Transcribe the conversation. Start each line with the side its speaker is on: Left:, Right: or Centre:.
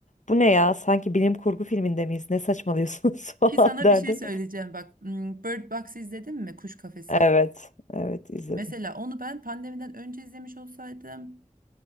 Left: Bu ne ya? Sanki bilim kurgu filminde miyiz? Ne saçmalıyorsunuz <laughs> falan
Right: Ki sana
Left: derdim.
Right: bir şey söyleyeceğim bak. hmm, Bird Box izledin mi? Kuş Kafesi.
Left: Evet, evet izledim.
Right: Mesela onu ben pandemiden önce izlemiş olsaydım